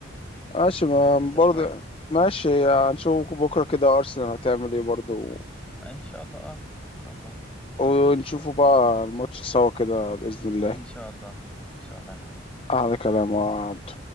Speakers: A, on the left (about 30°); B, in the centre.
A: ماشي ما
B: لسه
A: برضه
B: شويه
A: ماشي هنشوف بكرة كده أرسنال هتعمل إيه برضه
B: ان شاء الله اه ان شاء الله
A: ونشوفوا بقى الماتش سوا كده بإذن الله
B: ان شاء الله ان شاء الله يا محمد
A: أحلى كلام يا عبد